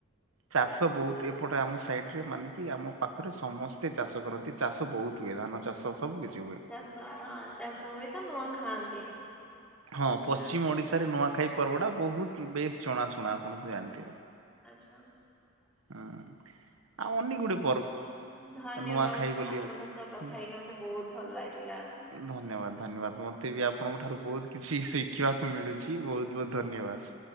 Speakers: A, on the right; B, in the centre.
A: ଚାଷ ବହୁତ ଏପଟେ ଆମ ସାଇଡ ରେ ମାନେ କି ଆମ ପାଖରେ ସମସ୍ତେ ଚାଷ କରନ୍ତି। ଚାଷ ବହୁତ ହୁଏ ଧାନ ଚାଷ। ସବୁ କିଛି ହୁଏ।
B: ଚାଷ ହଁ ଚାଷ ହୁଏ ତ ନୂଆ ଖାଆନ୍ତି।
A: ହ ହଁ
B: ଆଚ୍ଛା
A: ପଶ୍ଚିମ ଓଡିଶାରେ ନୂଆଖାଇ ପର୍ବଟା ବହୁତ ବେଶ ଜଣାଶୁଣା ଆପଣ ଜାଣିଥିବେ।
B: ଆଚ୍ଛା।
A: ହୁଁ ଆଉ <unintelligible>
B: ଓ ଧନ୍ୟବାଦ୍,
A: ନୂଆଖାଇ ବୋଲି
B: ଆପଣଙ୍କ
A: ଅଛି।
B: ସହ କଥା ହେଇକି ମତେ ବହୁତ୍ ଭଲ ଲାଗିଲା।
A: ଧନ୍ୟବାଦ୍-ଧନ୍ୟବାଦ୍ ମତେ ବି ଆପଣଙ୍କ ଠାରୁ ବହୁତ୍ କିଛି ଶିଖିବାକୁ ମିଳୁଛି ବହୁତ୍-ବହୁତ୍ ଧନ୍ୟବାଦ୍।